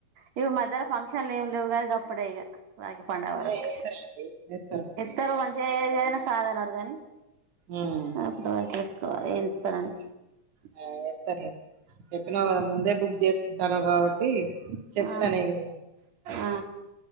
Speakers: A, on the right (about 65°); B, on the right (about 80°).
A: ఇప్పుడు మధ్యలో ఫంక్షన్లు ఏమి లేవు కానీ గప్పుడే ఇగ రాకి పండగ వరకు
B: ఏ <unintelligible>
A: తను మంచిగా ఏదైనా కాదనరు కానీ
B: ఉమ్
A: అప్పుడు వరకు ఏసుకోవాలి ఏఇస్తానని
B: ఆ ఏస్తార్లే చెప్పినావ్ కదా ముందే బుక్ చేసుకుంటన్నావ్ కాబట్టి చెప్తా
A: ఆ
B: నేను కూడా
A: ఆ